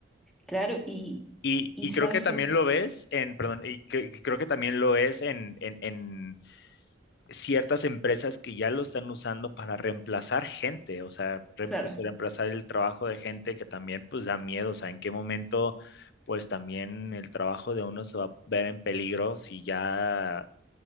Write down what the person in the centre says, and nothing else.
Claro, y,
y
sabes
lo,
claro,